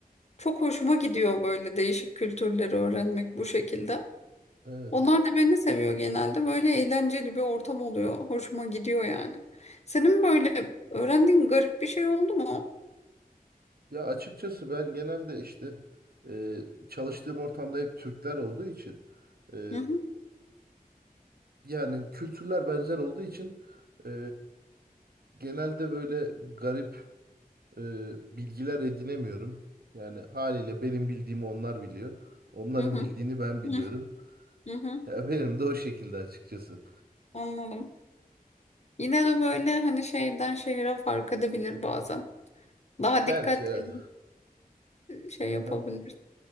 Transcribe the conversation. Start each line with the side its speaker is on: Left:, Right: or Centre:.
Left: çok hoşuma gidiyor böyle değişik kültürleri öğrenmek bu şekilde.
Right: Evet.
Left: Onlar da beni seviyor genelde. Böyle eğlenceli bir ortam oluyor. Hoşuma gidiyor yani. Senin böyle öğrendiğin garip bir şey oldu mu?
Right: Ya açıkçası ben genelde işte e, çalıştığım ortamda hep Türkler olduğu için e,
Left: Hı hı
Right: yani kültürler benzer olduğu için e, genelde böyle garip e, bilgiler edinemiyorum. Yani haliyle benim bildiğimi onlar biliyor. Onların
Left: hı hı
Right: <laughs> bildiğini ben biliyorum.
Left: hı hı. hı.
Right: Ya benim de o şekilde açıkçası.
Left: Anladım. Yine de böyle hani şehirden şehire fark edebilir bazen. Daha
Right: Belki
Left: dikkatli
Right: evet.
Left: şey
Right: Aha,
Left: yapabilir.